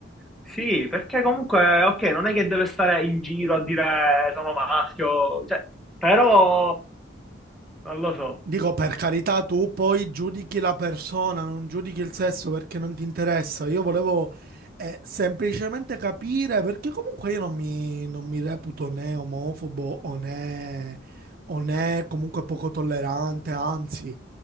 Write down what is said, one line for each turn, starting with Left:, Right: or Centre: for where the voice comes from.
Centre: Sì, perché comunque, ok, non è che deve stare in giro a dire sono maschio, cioè, però non lo so.
Right: Dico, per carità, tu poi giudichi la persona, non giudichi il sesso perché non ti interessa. Io volevo eh, semplicemente capire perché comunque io non mi, non mi reputo né omofobo o né, o né comunque poco tollerante, anzi.